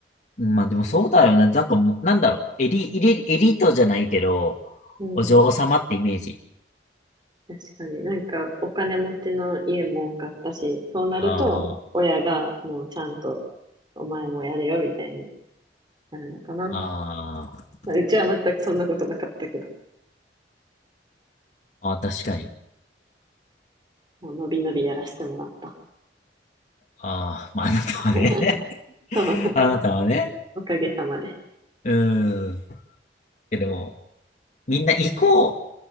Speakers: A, on the left; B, on the right.
A: まあでもそうだよね。なんか、なんだろう。エリ、エリ、エリートじゃないけど、
B: うん。
A: お嬢様ってイメージ。
B: 確かに。なんか、お金持ちの家も多かったし、そうなると、
A: あ
B: 親がもうちゃんと、お前もやれよ、みたいになるのかな。
A: あ、あー
B: まあ、うちは全くそんなことなかったけど、
A: あー、確かに。
B: もうのびのびやらせてもらった。
A: ああ、まああなたはね。
B: <laughs>
A: <laughs>
B: そう、
A: あなたはね。
B: おかげさまで。
A: うん。え、でも、みんな行こ